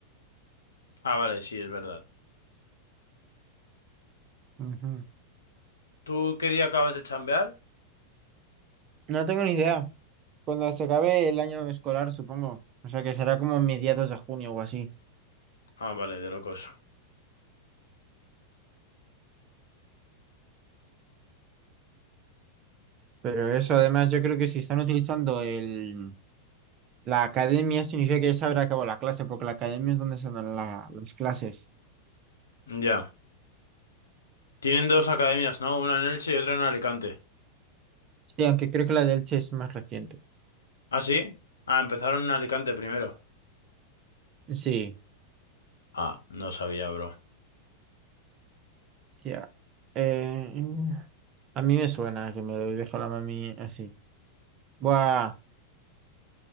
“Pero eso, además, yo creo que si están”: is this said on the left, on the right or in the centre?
Right